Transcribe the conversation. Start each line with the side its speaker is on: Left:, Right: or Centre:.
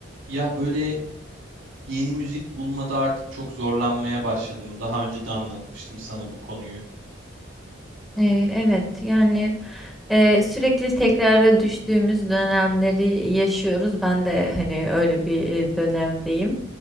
Right: Ya böyle yeni müzik bulmada artık çok zorlanmaya başladım. Daha önce de anlatmıştım sana bu konuyu.
Centre: Eee, evet yani eee, sürekli tekrara düştüğümüz dönemleri yaşıyoruz. Ben de hani öyle bir e, dönemdeyim.